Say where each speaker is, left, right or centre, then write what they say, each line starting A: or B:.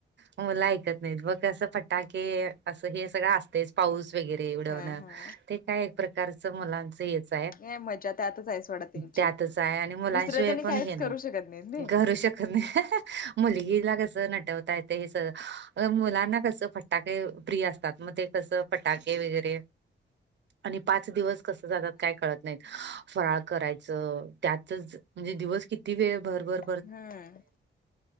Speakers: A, on the right; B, on the left.
A: म मूलं ऐकत नाहीत मग कसं फटाके असं हे सगळं असतयच. पाऊस वगैरे उडवण
B: हा हा
A: ते काय एक प्रकारच मुलांच हेच
B: नाही मजा त्यातच आहे सोडा त्यांची
A: त्यातच आहे आणि मुलांशिवाय
B: दुसरं त्यांनी
A: पण
B: काहीच
A: हे
B: करू शकत नाहीत नाही
A: करू शकत नाय. मुलगीला कस नटवता येत हे स मुलांना कसं फटाके प्रिय असतात मग ते कसं टाके वगैरे आणि पाच दिवस कस जातात काय कळत नाय. फराळ करायच त्यातच म्हणजे दिवस किती वेळ भर भर
B: हम्म